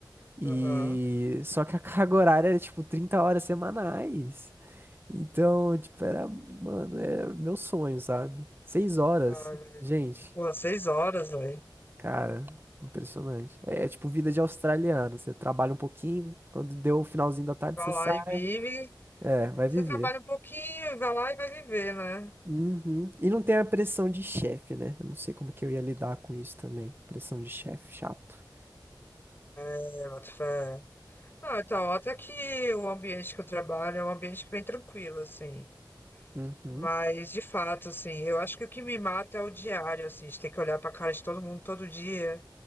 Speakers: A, on the right; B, on the left.
A: E
B: Aham.
A: só que a carga horária era tipo 30 horas semanais. Então, tipo, era, mano, é meu sonho, sabe? Seis horas,
B: Uhum.
A: gente,
B: Pô, seis horas, velho.
A: cara, impressionante. É, é tipo vida de australiano. Você trabalha um pouquinho, quando deu o finalzinho da tarde,
B: Vai
A: você sai.
B: lá e vive.
A: É, vai
B: Você
A: viver.
B: trabalha um pouquinho, vai lá e vai viver, né?
A: Uhum. E não tem a pressão de chefe, né? Eu não sei como que eu ia lidar com isso também. Pressão de chefe, chato.
B: É, boto fé. Não, então, até que o ambiente que eu trabalho é um ambiente bem tranquilo, assim.
A: Uhum.
B: Mas, de fato, assim, eu acho que o que me mata é o diário, assim, de ter que olhar pra cara de todo mundo todo dia.